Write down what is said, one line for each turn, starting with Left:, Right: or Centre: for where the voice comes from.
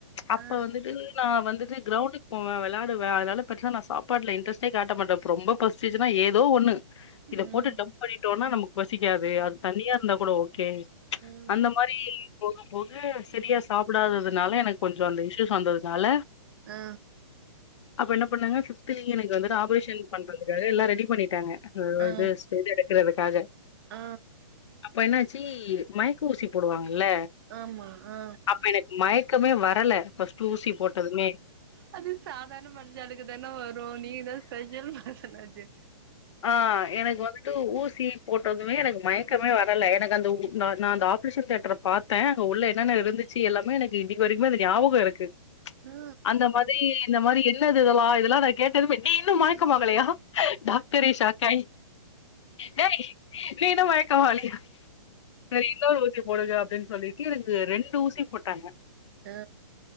Left: அப்ப
Right: ஆ
Left: வந்துட்டு நா வந்துட்டு கிரௌண்டுக் போவே வெளாடுவே அதனால பெருசா நா சாப்பாட்ல இன்ட்ரஸ்ட்டே காட்ட மாட்டே ரொம்ப பசிச்சுன்னா ஏதோ ஒன்னு இத
Right: ம்
Left: போட்டு டம்ப் பண்ணிட்டோனா நமக்கு பசிக்காது அது தண்ணியாருந்தா கூட ஓகே
Right: ம்
Left: அந்த மாரி போக போக சரியா சாப்டாததுனால எனக்கு கொஞ்சொ அந்த இஷ்யூஸ் வந்ததுனால
Right: ஆ
Left: அப்ப என்ன பண்ணாங்க ஃபிவ்த்லயே எனக்கு வந்து ஆப்ரேஷன் பண்றதுக்காக எல்லா ரெடி பண்ணிட்டாங்க அ
Right: ஆ
Left: இது செஞ்சு எடுக்குறதுக்காக
Right: ஆ
Left: அப்ப என்னாச்சி மயக்க ஊசி போடுவாங்கல்ல
Right: ஆமா ஆ
Left: அப்ப எனக்கு மயக்கமே வரல ஃபஸ்ட்டு ஊசி போட்டதுமே
Right: அது சாதார்ண மனுஷாளுக்கு தான வரு நீங்க தா ஸ்பெஷல் மனுஷனாச்சே
Left: ஆ எனக்கு வந்து ட்டு ஊசி போட்டதுமே எனக்கு மயக்கமே வரல எனக்கு அந்த நா நா அந்த ஆப்ரேஷன் தேட்ர பாத்தே அங்க உள்ள என்னென்ன இருந்துச்சு எல்லாமே எனக்கு இன்னக்கி வரைக்குமே அந்த ஞாபகொருக்கு
Right: ஆ
Left: அந்த மாரி இந்த மாரி என்னது இதெல்லா இதெல்லா நா கேட்டதுமே நீ இன்னும் மயக்கமாகலையா டாக் ட்ரே ஷாக் ஆயி டேய் நீ இன்னு மயக்கமாலையா செரி இன்னொரு ஊசி போடுங்க அப்டின் சொல்லிட்டு எனக்கு ரெண்டு ஊசி போட்டாங்க
Right: ஆ